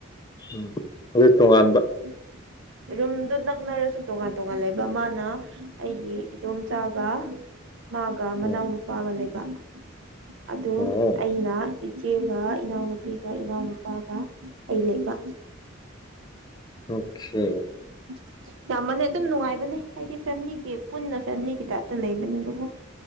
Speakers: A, on the left; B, on the right.
A: ꯎꯝ ꯑꯗꯨ ꯇꯣꯉꯥꯟꯕ
B: <inaudible> ꯔꯨꯝꯗꯨ ꯅꯛꯅꯔꯁꯨ ꯇꯣꯉꯥꯟ ꯇꯣꯉꯥꯟ ꯂꯩꯕ ꯃꯥꯅ ꯑꯩꯒꯤ ꯏꯗꯣꯝꯆꯥꯒ ꯃꯥꯒ ꯃꯅꯥꯎꯅꯨꯄꯥꯒ
A: ꯎꯝ
B: ꯂꯩꯕ ꯑꯗꯨ
A: ꯑꯣ
B: ꯑꯩꯅ ꯏꯆꯦꯒ ꯏꯅꯥꯎꯅꯨꯄꯤꯒ ꯏꯅꯥꯎꯅꯨꯄꯥꯒ ꯑꯩ ꯂꯩꯕ
A: ꯔꯣꯈꯦ
B: <inaudible> ꯌꯥꯝꯃꯥꯟꯂꯩ ꯑꯗꯨꯝ ꯅꯨꯡꯉꯥꯏꯕꯅꯦ ꯍꯥꯏꯗꯤ ꯐꯦꯃꯤꯂꯤꯒꯤ ꯄꯨꯟꯅ ꯐꯦꯃꯤꯂꯤꯒꯤ ꯇꯥꯏꯞꯇ ꯂꯩꯕꯅꯦꯕꯕꯨ